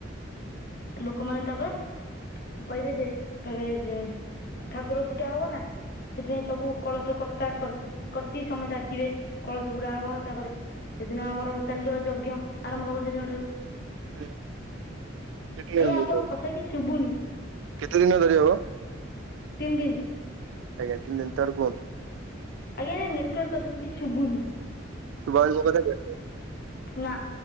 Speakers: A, on the left (about 55°); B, on the right (about 80°).
A: ଲୋକମାନେ ତବେ? କହିବେ ଯେ ଏବେ ଜୋ ଠାକୁର ପୂଜା ହବ ନା ସେଥିପାଇଁ ସବୁ କଳସ କର୍ତ୍ତା କର୍ତି ସମସ୍ତେ ଆସିବେ। କଳସ ବୁଡା ହବ ତାପରେ ସେଦିନ ଆମର ଚାଲିବ ଯଜ୍ଞ। ଆରମ୍ଭ ହବ ସେଦିନ ଠାରୁ
B: ହୁଁ! <inaudible>
A: ଆଜ୍ଞା ଆପଣଙ୍କ କଥା କିଛି ଶୁଭୁନି
B: କେତେ ଦିନ ଧରି ହବ?
A: ତିନି ଦିନ
B: <inaudible>
A: ଆଜ୍ଞା! ନେଟୱାର୍କ ଆସୁନି କିଛି ଶୁଭୁନି।
B: ସୁବା ଯାଉନି ମୋ କଥା,
A: ନା